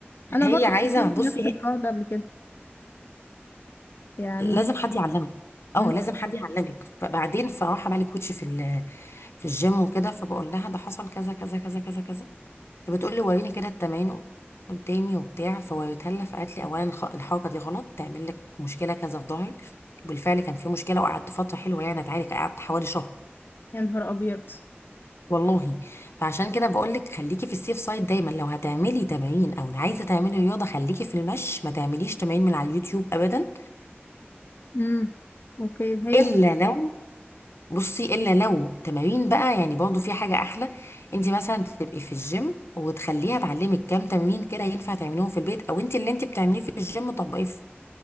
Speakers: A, on the left; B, on the left.
A: انا
B: هي
A: برضه
B: عايزه
A: حصلت
B: بصي
A: نفس الحوار
B: هي
A: ده قبل كده يعني
B: لازم حد يعلمك
A: مم.
B: اه لازم حد يعلمك فبعدين فراح عمل لي كوتش في ال- في الجيم وكده فبقول لها ده حصل كذا كذا كذا كذا كذا فبتقول لي وريني كده التمارين قدامي وبتاع فوريتها لها فقالت لي اولا الخ- الحركه دي غلط تعمل لك مشكله كذا في ظهرك بالفعل كان في مشكله وقعدت فتره حلوه يعني اتعالج قعدت حوالي شهر
A: يا نهار ابيض
B: والله فعشان كده بقول لك خليكي في السيف سايد دايما لو هتعملي تمارين او عايزه تعملي رياضه خليكي في المشي ما تعمليش تمارين من على اليوتيوب ابدا
A: امم اوكي هي
B: الا لو بصي الا لو تمارين بقى يعني برضه في حاجه احلى انت مثلا تبقي في الجيم وتخليها تعلمك كام تمرين كده ينفع تعمليهم في البيت او انت اللي انت بتعمليه في الجيم طبقيه في